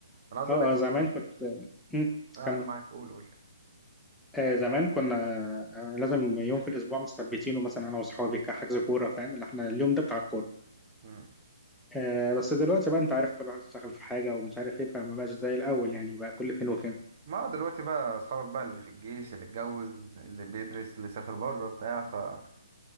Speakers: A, on the right; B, in the centre.
A: انا عايز
B: اه
A: اقول لك
B: اه زمان كنت مم.
A: آه
B: كمل
A: انا معاك قول قول
B: آه زمان كنا آه لازم يوم في الاسبوع مثبتينه مثلا انا واصحابي كحجز كورة فاهم اللي احنا اليوم ده بتاع الكورة
A: مم.
B: آه بس دلوقتي بقى انت عارف كل واحد اشتغل في حاجة ومش عارف ايه فما بقاش زي الاول يعني بقى كل فين وفين
A: ما هو دلوقتي بقى اصحابك بقى اللي في الجيش اللي اتجوز اللي بيدرس اللي سافر بره بتاع فكل